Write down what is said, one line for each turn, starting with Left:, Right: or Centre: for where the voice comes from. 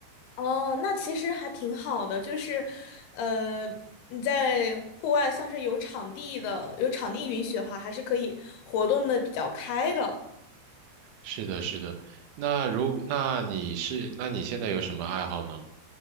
Left: 哦，那其实还挺好的，就是，呃，你在户外，像是有场地的，有场地允许的话，还是可以活动的比较开的。
Right: 是的，是的。那如那你是那你现在有什么爱好呢？